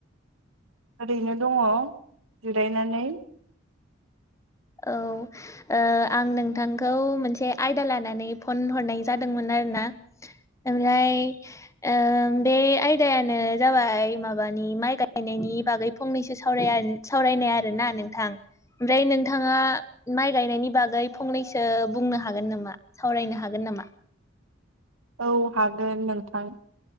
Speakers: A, on the right (about 80°); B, on the left (about 15°).
A: ओरैनो दङ जिरायनानै।
B: औ ओ आं नोंथांखौ मोनसे आयदा लानानै फन हरनाय जादोंमोन आरो ना ओमफ्राय ओ बे आयदायानो जाबाय माबानि माइ गायनायनि बागै फंनैसो सावराय सावरायनाय आरोना नोंथां ओमफ्राय नों नोंथाङा माइ गायनायनि बागै फंनैसो बुंनो हागोन नामा सावरायनो हागोन नामा?
A: औ हागोन नोंथां